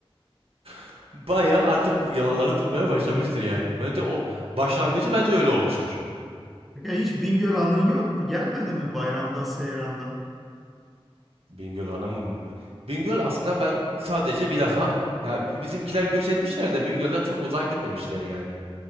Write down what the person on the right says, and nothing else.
<laughs> bayağı artık yalanları tutmaya başlamıştır yani. Bence o başlangıcı bence öyle olmuştur.
Bingöl Hanım Bingöl aslında ben sadece bir defa ya bizimkiler göç etmişler de Bingöl'den çok uzağa gitmemişler yani.